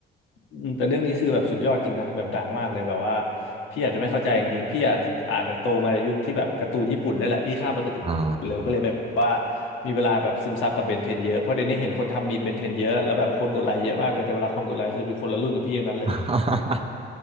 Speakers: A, on the left; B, on the right.
A: อืมแต่เรื่องนี้คือแบบสุดยอดจริงนะแบบดังมากเลยแบบว่าพี่อาจจะไม่เข้าใจจริงๆพี่อาจอาจจะโตมาในยุคที่แบบการ์ตูนญี่ปุ่นด้วยแหละพี่ข้ามไปการ์ตูนเร็วก็เลยไม่ว่า
B: อ่า
A: มีเวลาแบบซึมซับกับเบนเทนเยอะเพราะเดี๋ยวนี้เห็นคนทำมีมเบนเทนเยอะแล้วแบบคนกดไลค์เยอะมากเลยแต่เวลาคนกดไลค์คือเป็นคนละรุ่นกับพี่อย่างนั้นเลย
B: <laughs>